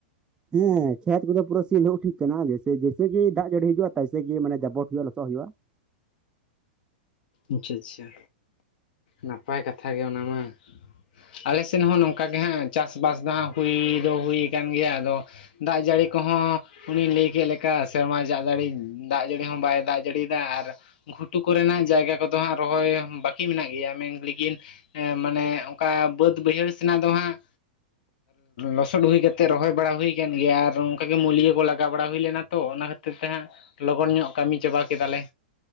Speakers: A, on the right; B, on the left.
A: ᱦᱮᱸ ᱠᱷᱮᱛ ᱠᱚᱫᱚ ᱯᱩᱨᱟᱹ ᱥᱤ ᱞᱟᱦᱩᱜ ᱴᱷᱤᱠ ᱠᱟᱱᱟ᱾ ᱡᱮᱭᱥᱮ ᱜᱮ ᱫᱟᱜ ᱡᱟᱹᱲᱤ ᱦᱤᱡᱼᱟ ᱛᱟᱭᱥᱮ ᱜᱤ ᱢᱟᱱᱮ ᱡᱟᱵᱚᱴ ᱦᱩᱭᱩᱜᱼᱟ ᱞᱚᱥᱚᱜ ᱦᱩᱭᱩᱜᱼᱟ᱾
B: ᱟᱪᱪᱷᱟ ᱟᱪᱪᱷᱟ ᱱᱟᱯᱟᱭ ᱠᱟᱛᱷᱟ ᱜᱮ ᱚᱱᱟᱢᱟ᱾ ᱟᱞᱮ ᱥᱮᱱ ᱦᱚᱸ ᱱᱚᱝᱠᱟ ᱜᱮ ᱦᱟᱸᱜ ᱪᱟᱥᱵᱟᱥ ᱫᱚ ᱦᱟᱸᱜ ᱦᱩᱭ ᱫᱚ ᱦᱩᱭ ᱟᱠᱟᱱ ᱜᱮᱭᱟ ᱟᱫᱚ ᱫᱟᱜ ᱡᱟᱹᱲᱤ ᱠᱚᱦᱚᱸ ᱩᱱᱤᱭ ᱞᱟᱹᱭ ᱠᱮᱫ ᱞᱮᱠᱟ ᱥᱮᱨᱢᱟ ᱡᱟᱜ ᱡᱟᱹᱲᱤ ᱫᱟᱜ ᱡᱟᱹᱲᱤ ᱦᱚᱸ ᱵᱟᱭ ᱫᱟᱜ ᱡᱟᱹᱲᱤᱭ ᱫᱟ ᱟᱨ ᱜᱷᱩᱴᱩ ᱠᱚᱨᱮᱱᱟᱜ ᱡᱟᱭᱜᱟ ᱠᱚᱫᱚ ᱦᱟᱸᱜ ᱨᱚᱦᱚᱭ ᱵᱟᱠᱤ ᱢᱮᱱᱟᱜ ᱜᱮᱭᱟ ᱢᱮᱱ ᱞᱮᱠᱤᱱ ᱮ ᱢᱟᱱᱮ ᱚᱱᱠᱟ ᱵᱟᱹᱫ ᱵᱟᱹᱭᱦᱟᱹᱲ ᱥᱮᱱᱟᱜ ᱫᱚ ᱦᱟᱸᱜ ᱞᱚᱥᱚᱫ ᱦᱩᱭ ᱠᱟᱛᱮᱜ ᱨᱚᱦᱚᱭ ᱵᱟᱲᱟ ᱦᱩᱭ ᱟᱠᱟᱱ ᱜᱮᱭᱟ ᱟᱨ ᱚᱱᱠᱟ ᱜᱮ ᱢᱩᱞᱭᱟᱹ ᱠᱚ ᱞᱟᱜᱟᱣ ᱵᱟᱲᱟ ᱦᱩᱭ ᱞᱮᱱᱟ ᱛᱚ ᱚᱱᱟ ᱠᱷᱟ ᱛᱤᱨ ᱛᱮᱦᱟᱸᱜ ᱞᱚᱜᱚᱱ ᱧᱚᱜ ᱠᱟᱹᱢᱤ ᱪᱟᱵᱟ ᱠᱮᱫᱟᱞᱮ᱾